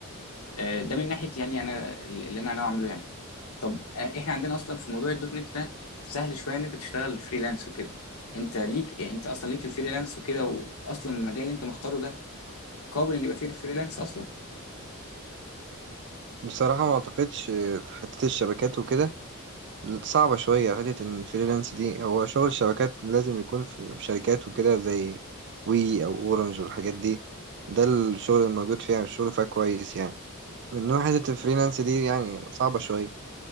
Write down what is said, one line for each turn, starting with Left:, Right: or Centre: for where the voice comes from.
Left: آه، ده من ناحيه يعني انا اللي انا ناوي اعمله يعني طب آه، احنا عندنا اصلا في موضوع الدوت نت ده سهل شويه ان انت تشتغل فريلانس وكده انت ليك يعني انت اصلا ليك في الفريلانس وكده واصلا المجال اللي انت مختاره ده قابل ان يبقى فيه فريلانس اصلا
Right: بصراحه ما اعتقدش حته الشبكات وكده صعبه شويه حته ان الفريلانس دي هو شغل الشبكات لازم يكون في شركات وكده زي وي او اورنج والحاجات دي ده الشغل الموجود فيها الشغل فيها كويس يعني انما حته الفريلانس دي يعني صعبه شويه